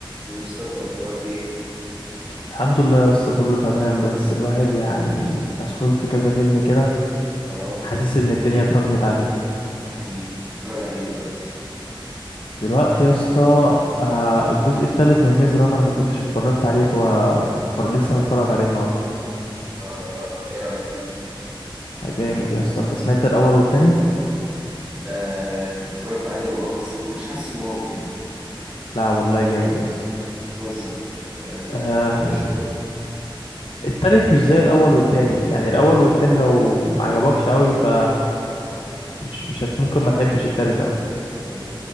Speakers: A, on the right; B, on the left.
A: مصطفى اخبارك ايه
B: الحمد لله يا اسطى كله تمام بس الواحد يعني مسحول في كذا فيلم كده
A: اه
B: حاسس ان الدنيا اتراكمت عليه
A: احكي لي اتفرج على ايه دلوقتي
B: دلوقتي يا اسطى آه، الجزء التالت من ميز رانر ما كنتش اتفرجت عليه ف... ف... لسه متفرج عليه النهارده
A: اه ايه رايك فيه
B: آه، جامد يا اسطى انت سمعت الاول والتاني
A: آه اتفرجت عليه اه بس ما كنتش حاسه واو كده
B: لا والله جامد يا اسطى
A: بتهزر يعني
B: آه...
A: المفروض اشوفه
B: التالت مش زي الاول والتاني يعني الاول والتاني لو ما عجبكش قوي ف
A: لا
B: مش مش هت ممكن ما تحبش التالت أوي
A: آه،